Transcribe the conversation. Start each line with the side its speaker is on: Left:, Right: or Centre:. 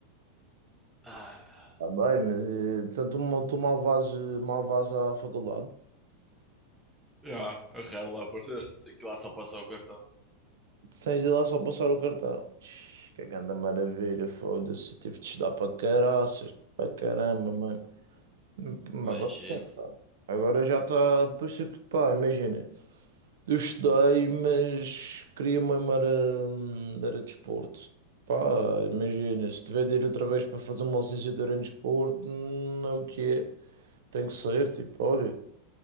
Centre: ah
Right: Está bem, mas eh, então tu, mal tu mal vais, eh, mal vais à faculdade.
Centre: já, é raro lá aparecer. Tenho que ir lá só passar o cartão.
Right: Tens de lá só passar o cartão. Tch, Que grande maravilha, foda-se. Tive de estudar para caraças, para caramba, mano. Hum,
Centre: Imagino.
Right: Agora, agora já está. Puxa que pá, imagina. Eu estudei, mas queria mesmo era, hum, era desporto. Pá, imagina, se tiver de ir outra vez para fazer uma licenciatura em desporto, hum, é o que é. Tem que ser, tipo, olha,